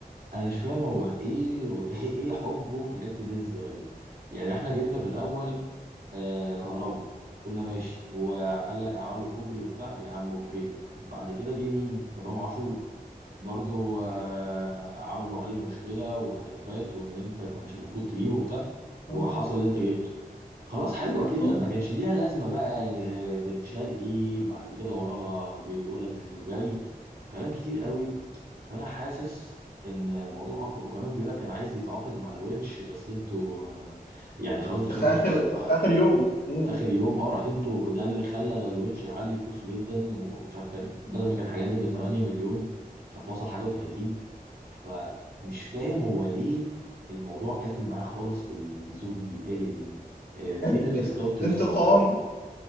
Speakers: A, on the right; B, on the left.
A: انا مش فاهم هو ايه <laughs> ايه حبه في لعيبه النادي الزمالك يعني احنا جبنا في الاول أه كهربا قلنا ماشي وقال لك عملوا كوبري وبتاع يا عم اوكي بعد كده جه مين امام عاشور برضو آه، عملوا عليه مشكلة وخلافات وان انت كانش المفروض تجيبه وبتاع
B: مم.
A: وحصل اللي انت جبته خلاص حلوة كده
B: مم.
A: ما كانش ليها لازمة بقى آه، بن شرقي بعد كده وراها بيقول لك زيزو جاي كلام كتير قوي فأنا حاسس إن الموضوع أفضل وكمان بيقول لك كان عايز يتعاقد مع الونش بس انتوا آه، يعني خلاص دخلتوا
B: في اخر
A: في الص-
B: في
A: آه،
B: اخر يوم مم.
A: في آخر يوم اه رحت
B: مم.
A: انتوا ده اللي خلى الونش يعلي فلوسه جدا ومش عارف كان بدل ما كان حاجات ب 8 مليون مش عارف وصل حاجة و30 فمش فاهم هو ليه الموضوع قافل معاه خالص في الزون دي الاريا دي آه، فين
B: انت-
A: السكاوترز
B: انتقام
A: بتوع بره